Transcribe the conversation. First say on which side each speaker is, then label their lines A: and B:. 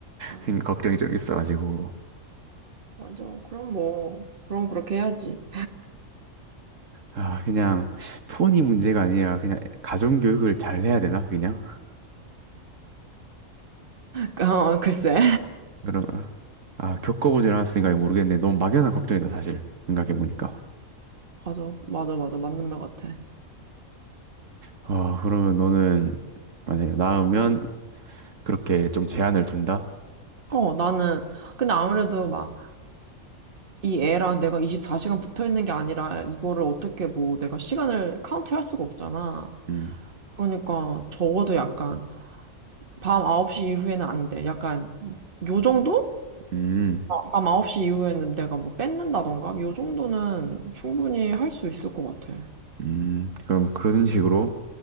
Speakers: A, on the right (about 40°); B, on the right (about 65°).
A: 아,
B: 생각, 걱정이 좀 있어가지고.
A: 맞아. 그럼 뭐, 그럼 그렇게 해야지.
B: 아, 그냥 톤이 문제가 아니라 그냥 가정교육을 잘 해야 되나, 그냥?
A: <laughs> 어, 글쎄.
B: 그럼, 아, 겪어보질 않았으니까 모르겠네. 너무 막연한 걱정이다, 사실. 생각해보니까.
A: 맞아. 맞아, 맞아. 맞는 말 같아.
B: 아, 그러면 너는 만약에 낳으면 그렇게 좀 제한을 둔다?
A: 어, 나는, 근데 아무래도 막, 이 애랑 내가 24시간 붙어 있는 게 아니라, 이거를 어떻게 뭐, 내가 시간을 카운트 할 수가 없잖아.
B: 음,
A: 그러니까, 적어도 약간, 밤 9시 이후에는 안 돼. 약간, 요 정도?
B: 음,
A: 밤 9시 이후에는 내가 뭐 뺏는다던가? 요 정도는 충분히 할 수 있을 것 같아.
B: 음. 그럼 그런 식으로